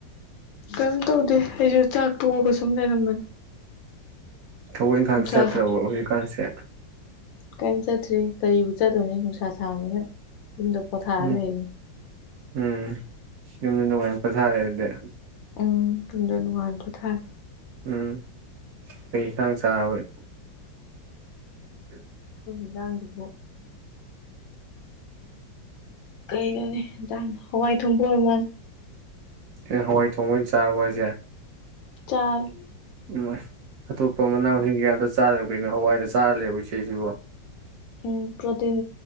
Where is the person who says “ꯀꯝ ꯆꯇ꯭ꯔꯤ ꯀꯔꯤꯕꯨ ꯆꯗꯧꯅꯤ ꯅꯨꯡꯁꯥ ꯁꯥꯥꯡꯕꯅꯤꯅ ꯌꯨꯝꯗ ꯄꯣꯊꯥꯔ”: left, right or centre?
Left